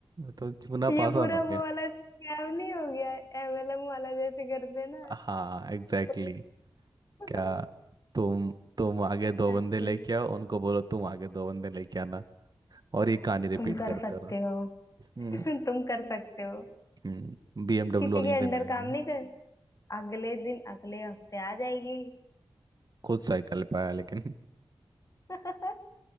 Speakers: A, on the right (about 45°); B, on the left (about 35°).
A: तो चूना
B: ये
A: पासा
B: पूरा
A: हो
B: वो
A: गया
B: वाला स्कैम नहीं हो गया एमएलएम वाला जैसे करते हैं ना
A: हाँ एग्जैक्टली
B: वो।
A: exactly.
B: <laughs>
A: क्या तुम तुम आगे दो
B: सच
A: बंदे लेके
B: में।
A: आओ उनको बोलो तुम आगे दो बंदे लेके आना और ये कहानी रिपीट
B: तुम कर
A: करते
B: सकते
A: रहा
B: हो
A: हम्म
B: <laughs> तुम कर सकते हो
A: हम्म बीएमडब्ल्यू
B: किसी
A: अगले
B: के अंडर
A: दिन आएगी
B: काम नहीं कर अगले दिन अगले हफ्ते आ जाएगी
A: खुद साइकिल पे आया लेकिन
B: <laughs>